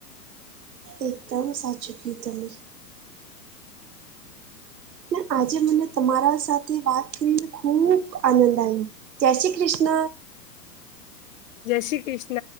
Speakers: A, on the right (about 80°); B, on the left (about 55°).
A: એકદમ સાચું કયું તમે ને આજે મને તમારા સાથે વાત કરીને ખુબ આનંદ આવ્યો જય શ્રી કૃષ્ણ
B: જય શ્રી કૃષ્ણ